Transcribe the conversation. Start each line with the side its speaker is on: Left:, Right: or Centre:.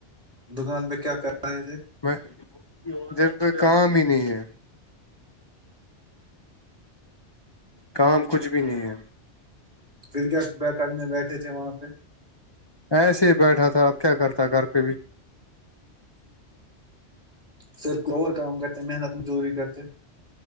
Right: دکان پہ کیا کر رہے ہے تھے
Left: میں کو کام ہی نہیں ہے کام کچھ بھی نہیں ہے
Right: پھر کیا کرنے بیٹھے تھے وہاں پہ
Left: ایسے ہی بیٹھا تھا اب کیا کرتا گھر پہ بھی
Right: پھر اور کام کرتے محنت مزوری کرتے